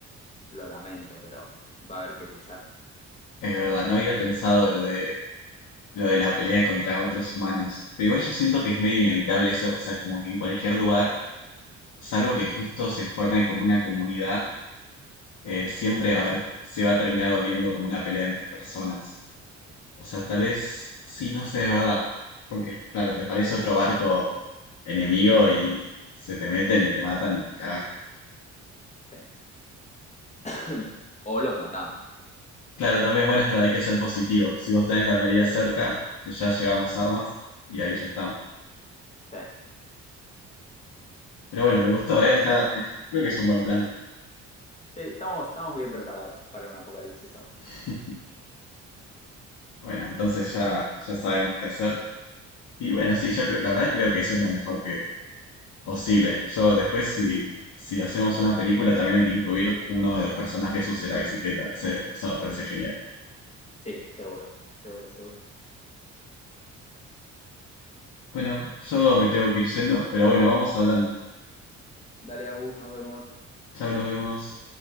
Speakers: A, on the left (about 25°); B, on the left (about 75°).
A: lo lamento, pero va a haber que luchar.
B: Es verdad, no había pensado lo de, lo de la pelea contra otros humanos. Pero igual yo siento que es medio inevitable eso. O sea, como que en cualquier lugar Salvo que justo se forme como una comunidad, eh, siempre va a haber- se va a terminar volviendo como una pelea entre personas. O sea, tal vez sí, no sé, es verdad. Porque, claro, te aparece otro barco enemigo y se te meten y te matan y cagaste.
A: sí. <coughs> o los matamos.
B: Claro, también, bueno, es verdad, hay que ser positivo. Si vos tenés la armería cerca, te- ya llevamos armas y ahí ya estamos.
A: Sí,
B: Pero bueno,
A: sí, sí.
B: me gustó, ¿eh? Está- es- creo que es un buen plan.
A: Sí, estamos, estamos bien preparados para un apocalipsis zombie.
B: <laughs> Bueno, entonces ya, ya sabemos qué hacer. Y bueno, sí, yo creo, la verdad creo que eso es lo mejor que, Posible. Yo después, si, si hacemos una película, también hay que incluir que uno de los personajes use la bicicleta. Ese, eso me parece genial.
A: Sí, seguro, seguro, seguro.
B: Bueno, yo me tengo que ir yendo, pero bueno, vamos hablando.
A: Dale, Agus, nos vemos.
B: Chao, nos vemos.